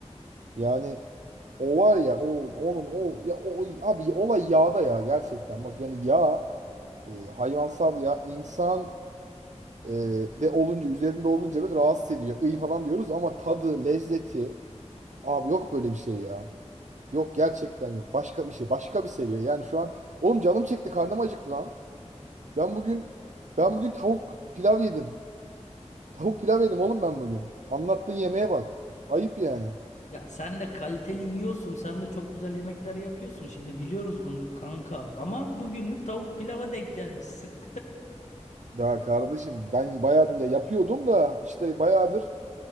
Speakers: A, on the right; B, on the left.
A: Yani o var ya, o onun o ya o abi olay yağda ya gerçekten. Bak yani yağ, e, hayvansal yağ, insan Ee, de olunca üzerinde olunca böyle rahatsız ediyor. İyi falan diyoruz ama tadı, lezzeti abi yok böyle bir şey ya. Yok gerçekten yok. Başka bir şey. Başka bir seviye. Yani şu an oğlum canım çekti, karnım acıktı lan. Ben bugün ben bugün tavuk pilav yedim. Tavuk pilav yedim oğlum ben bugün. Anlattığın yemeğe bak. Ayıp yani.
B: Ya sen de kaliteli yiyorsun, sen de çok güzel yemekler yapıyorsun. Şimdi biliyoruz bunu kanka ama bugünlük tavuk pilava denk gelmişsin.
A: Ya kardeşim ben bayağıdır ya yapıyordum da işte bayağıdır